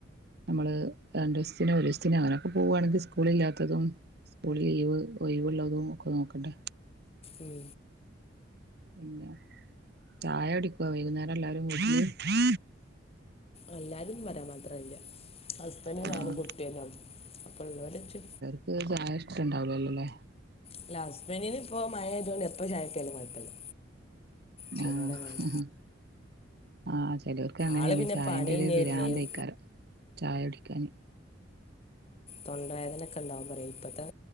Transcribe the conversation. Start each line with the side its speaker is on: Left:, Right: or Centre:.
Right: നമ്മള് രണ്ടീസത്തിനോ ഒരീസത്തിനോ അങ്ങനെയൊക്കെ പോവുകയാണെങ്കിൽ സ്കൂൾ ഇല്ലാത്തതും സ്കൂളിൽ ലീവ് ഒഴിവ് ഉള്ളതും ഒക്കെ നോക്കണ്ടെ
Left: ഉം
Right: പിന്നെ ചായ കുടിക്കോ വൈകുന്നേരം എല്ലാരും കൂടിട്ട്
Left: എല്ലാരും ന്ന് പറയാൻ മാത്രല്ല ഹുസ്ബൻഡും
Right: ആഹ്
Left: ഞാനും കുട്ടിയാളും ആണ് അപ്പൊ ഉള്ളവരെച്ച്
Right: ട്ട്യാക്ക് ചായ ഇഷ്ട്ടണ്ടാവൂലല്ലോല്ലേ
Left: ഇല്ല ഹസ്ബൻഡിന് ഇപ്പോ മഴ ആയതോണ്ട് എപ്പൊ ചായ കിട്ടിയാലും കുഴപ്പമില്ല ചിലവരങ്ങനെ
Right: ആഹ് ആഹ് ചെലോ ർക്ക് അങ്ങനെയാണ്
Left: ആള് പിന്നെ
Right: ചായന്റെ
Left: പനി കഴിഞ്ഞിരുന്നേയും
Right: ഒരു പിരാന്തേക്കാരം ചായ കുടിക്കാന്
Left: തൊണ്ടവേദനൊക്കെ ഉണ്ടവുമ്പോ പറയും ഇപ്പഴത്തെ